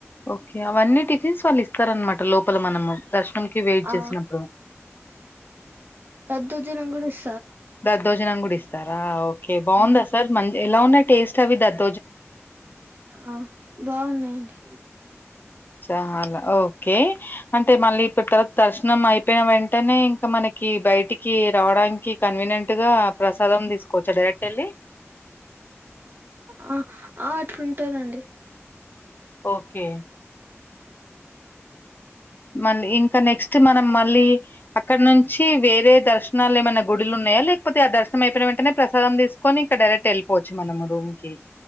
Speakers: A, on the left; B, on the right.
A: ఓకే అవన్నీ టిఫిన్స్ వాళ్ళు ఇస్తారనమాట లోపల మనము దర్శనంకి వెయిట్
B: ఆ
A: చేసినప్పుడు
B: దద్దోజనం కూడా ఇస్తా
A: దద్దోజనం కూడా ఇస్తారా ఓకే బాగుందా
B: ఆ
A: సార్ మంచి ఎలా ఉన్నాయి టేస్ట్ అవి దద్ద
B: ఆ బాగున్నాయండి
A: చాలా ఓకే అంటే మళ్ళీ ఇప్పుడు తర్వాత దర్శనం అయిపోయిన వెంట వెంటనే ఇంకా మనకి బయటికి రావడానికి కన్వీనియంట్ గా ప్రసాదం తీసుకోవచ్చా డైరెక్ట్ వెళ్ళి
B: ఆ అట్లుంటందండి
A: ఓకే మ ఇంకా నెక్స్ట్ మనం మళ్ళీ అక్కడ నుంచి వేరే దర్శనాలు ఏమైనా గుడిలు ఉన్నాయా లేకపోతే ఆ దర్శం అయిపోయిన వెంటనే ప్రసదం తీసుకని ఇకా డైరెక్ట్ వెళ్ళిపోవచ్చ మనముూమ్కి